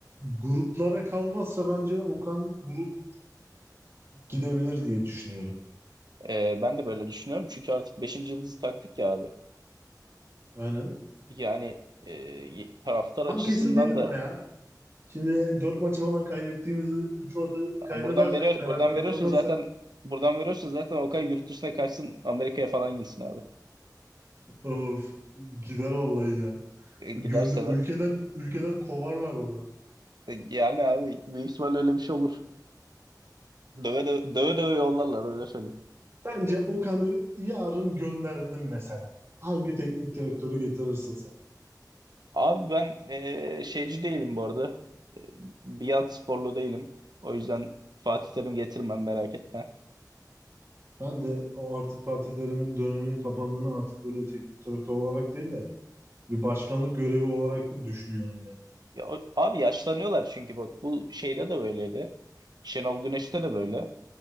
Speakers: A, on the right; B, on the right.
A: gruplara kalmazsa bence Okan grup gidebilir diye düşünüyorum.
B: Ee, ben de böyle düşünüyorum. Çünkü artık beşinci yıldızı taktık ya abi.
A: Aynen.
B: Yani e, y- taraftar
A: Tam
B: açısından
A: kesin değil ama
B: da
A: ya. Şimdi 4 maçı falan kaybettiğimizi 3 maçı kaybedersek
B: buradan veriyor
A: Fener'de
B: buradan veriyorsun
A: kazanırsa
B: zaten buradan veriyorsun zaten Okay yurt dışına kaçsın Amerika'ya falan gitsin abi.
A: of gider vallahi ya.
B: E,
A: Gönder
B: giderse
A: ülkeden ülkeden kovarlar onu.
B: e, yani abi büyük ihtimalle öyle bir şey olur. Döve döve, döve, döve yollarlar öyle söyleyeyim.
A: Sence Okan'ı yarın gönderdim mesela. Hangi teknik direktörü getirirsin sen?
B: Abi ben e, şeyci değilim bu arada. E, Biat sporlu değilim. O yüzden Fatih Terim getirmem merak etme.
A: Ben de o artık Fatih Terim'in döneminin kapandığını artık böyle teknik direktör olarak değil de bir başkanlık görevi olarak düşünüyorum yani.
B: Ya, o- abi yaşlanıyorlar çünkü bak bu şeyde de böyleydi. Şenol Güneş'te de böyle.